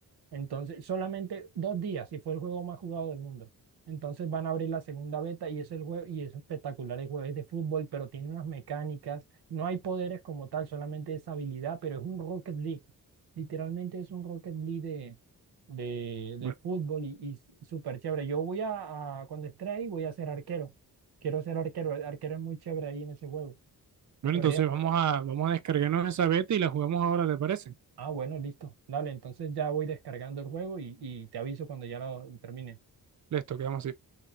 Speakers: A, on the right; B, on the right.
A: Entonces, solamente dos días y fue el juego más jugado del mundo. Entonces van a abrir la segunda beta y es el juego y es espectacular el juego, es de fútbol, pero tiene unas mecánicas, no hay poderes como tal, solamente es habilidad, pero es un Rocket League. Literalmente es un Rocket League de, de, de
B: Bueno,
A: fútbol y, y súper chévere. Yo voy a, a- cuando esté ahí, voy a ser arquero. Quiero ser arquero. El arquero es muy chévere ahí en ese juego.
B: bueno,
A: Deberías
B: entonces
A: probar.
B: vamos a, vamos a descargarnos esa beta y la jugamos ahora, ¿te parece?
A: Ah, bueno, listo. Dale, entonces ya voy descargando el juego y, y te aviso cuando ya lo termine.
B: Listo, quedamos así.